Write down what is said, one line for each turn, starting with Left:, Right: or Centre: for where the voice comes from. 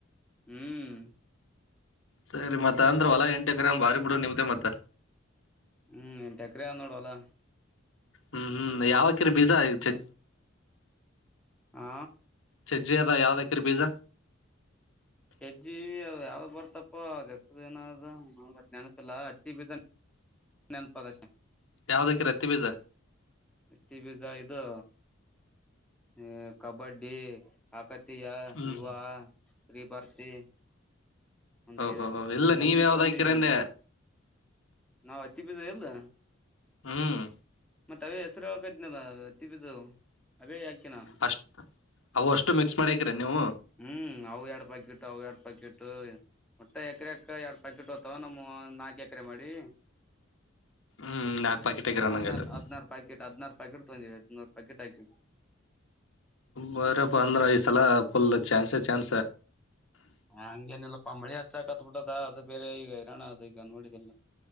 Centre: ಹ್ಮ್
Left: ಸರಿ ಮತ್ತ ಅಂದ್ರ ಹೊಲಾ ಎಂಟೆ ಎಕರೆ ಬಾರಿ ಬಿಡು ನಿಮ್ದೇ ಮತ್ತ
Centre: ಹ್ಮ್ ಎನ್ಟಕ್ರ ಆ ನೋಡುವ ಅಲ್ಲಾ
Left: ಹ್ಮ್ ಹ್ಮ್ ಯಾವಕಿರ ಬೀಜ ಚ
Centre: ಹಾ
Left: ಸಜ್ಜಿ ಅದ ಯಾವ್ದಾಕರಿ ಬೀಜ
Centre: ಹೆಜ್ಜಿ ಅ ಯಾವ್ದ ಬರ್ತಪ್ಪ ಹೆಸರು ಏನಾದ ನೆನಪಿಲ್ಲಾ ಅತ್ತಿ ಬೀಜ ನೆಂಪಾದ ಸೇನ್
Left: ಯಾವ್ದಕಿರಿ ಹತ್ತಿ ಬೀಜ
Centre: ಎತ್ತಿ ಬಿ ಜಾಯದು ಹ ಕಬಡ್ಡಿ ಆಾಕತಿಯ
Left: ಹ್ಮ್
Centre: ಯುವ ಸ್್ರೀ ಪಾರ್ಕ್ ಸ ಒಂದು್
Left: ಓಹೋ
Centre: ಐದ್
Left: ಇಲ್ಲ
Centre: ಐದ್ ನ
Left: ನೀವ್
Centre: ಮನಿ
Left: ಯಾವ್ದ
Centre: ತಗೊಂಡಿವವಿ
Left: ಹಾಕಿರ
Centre: ಒಂದ
Left: ಅಂದೆ
Centre: ನಾವ್ ಹತ್ತಿ ಬ ಇಲ್ಲ
Left: ಹ್ಮ್
Centre: ಮತ್ತೇ ಹೆಸರು ಹಾಕದ್ನಲ್ಲ ತಬಿದ್ದ ಅದೇ ಯಾಕೆ ನ
Left: ಅಷ್ಟ್ ಅವು ಅಷ್ಟು ಮಿಕ್ಸ್ ಮಾಡ್ಯಾಕ್ರೀ ನೀವು
Centre: ಹ್ಮ್ ಅವು ಎರಡ್ ಪಾಕೆಟ್ು ಅವು ಎರಡ್ ಪಾಕೆಟ್ ಒಟ್ಟೆ ಎಕರೆ ಎಕ ಎರಡ್ ಕಿಟ್ ಹತ ನಮ್ಮ ನಾಕು ಎಕರೆ ಮಾಡಿ
Left: ಹ್ಮ್ ನಾಕ್ ಪಾಕೆಟ್ ಹಾಕಿರ ಅಂದಂಗ
Centre: ಹದಿನಾರು
Left: ಆಯ್ತು
Centre: ಹದಿನಾರ ಪ್ಯಾಕೆಟ್ ಹದ್ಾರು ಪ್ಯಾಕೆಟ್ ತಗಂದವಿ ಹದಿನಾರ ಪ್ಯಾಕೆಟ್ ಆಾಕ
Left: ಬರಪ್ಪ ಅಂದ್ರ ಐ್ ಸಲ ಫುಲ್ ಚಾನ್ಸ ಚಾನ್ಸ್
Centre: ಹ ಹಂಗೇನಿಲ್ಲ ಪಂಬಳಿ ಹಚ್ಚಾಕತ್ ಬಿಿಟ್ಟದ ಅದು ಬೇರೆ ಈಗ ಇರೋಣ ಅದು ಈಗ ನೋಡಿದೆಲ್ಲ